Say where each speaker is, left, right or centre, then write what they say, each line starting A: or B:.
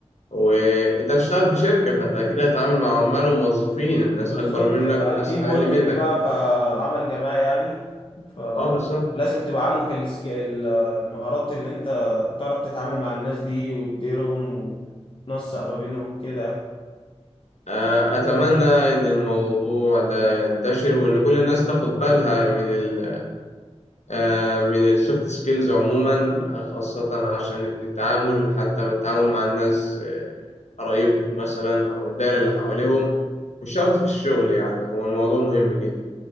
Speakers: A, on the left; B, on the left.
A: وأنت هتشتغل في شركة فأنت كده هتتعامل مع عمال وموظفين الناس
B: بالظبط
A: أكبر منك
B: يبقى
A: وناس
B: تيم
A: أقل
B: ووركينج
A: منك
B: بقى فعمل جماعي يعني فلازم
A: أه بالظبط
B: تبقى عندك السك- ال- المهارات اللي أنت تعرف تتعامل مع الناس دي وتديرهم وتنسق ما بينهم كده
A: آه، أتمنى إن الموضوع ده ينتشر وإن كل الناس تاخد بالها من ال... آه، من السوفت سكيلز عموما خاصة عشان التعامل حتى من التعامل مع الناس آه، قرايبهم مثلا أو الدائرة اللي حواليهم مش شرط في الشغل يعني هو الموضوع مهم جدا